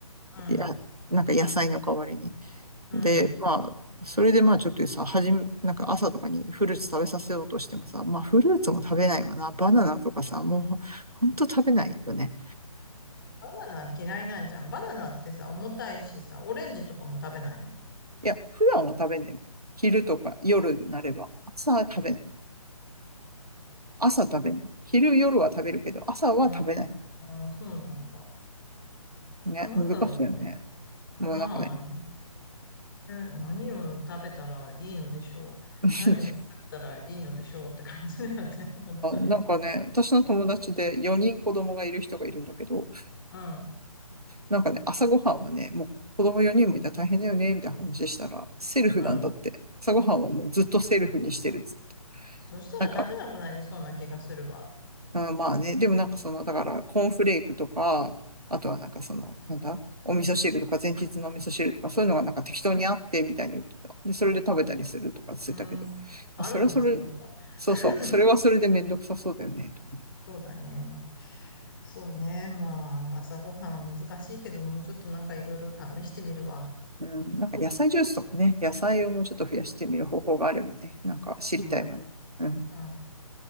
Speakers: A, on the left; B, on the right.
A: うん、
B: いや、なんか野菜の代わりに。
A: うん。
B: で、
A: うん
B: まあ、それでまあちょっとさ、はじめ、なんか朝とかにフルーツ食べさせようとしてもさ、まあフルーツも食べないわな。バナナとかさ、もうほほんと食べないよね。
A: バナナ嫌いなんじゃん。バナナってさ、重たいしさ、オレンジとかも食べないの。ん
B: いや、普段は食べんだよ。昼とか夜になれば。朝は食べない。朝食べない。昼、夜は食べるけど、朝は食べない。
A: ああー、そうなんだ。
B: ね、
A: なんだろうね。
B: 難しいよね。もうなんかね、
A: まあ、ねえ何を食べたらいいのでしょう。
B: <laughs>
A: 何を作ったらいいのでしょうって感じだよね。<laughs> 本当に。
B: なんかね、私の友達で4人子供がいる人がいるんだけど、
A: うん、
B: なんかね、朝ごはんはね、もう子供4人もいたら大変だよね、みたいな話したら、セルフなんだって。
A: うん。
B: 朝ごはんはもうずっとセルフにしてるっつってた。
A: そしたら食べなくなりそうな気がするわ。
B: なんか、あ、まあね、でもなんかその、だからコーンフレークとか、あとはなんかその、なんだ、お味噌汁とか前日のお味噌汁とかそういうのがなんか適当にあってみたいに言ってた。で、それで食べたりするとかしてたけど、
A: うん、うん、
B: まあ、
A: あるのがすごいわ。
B: それはそれ、そうそう、
A: <laughs>
B: それはそれでめんどくさそうだよね、と思うよね。
A: そうだね。そうね。まあ、朝ごはんは難しいけども、ちょっとなんかいろいろ試してみるわ。
B: うん、なんか野菜ジュースとかね、野菜をもうちょっと増やしてみる方法があればね、なんか知りたいわね。
A: うん、
B: うん。
A: うん。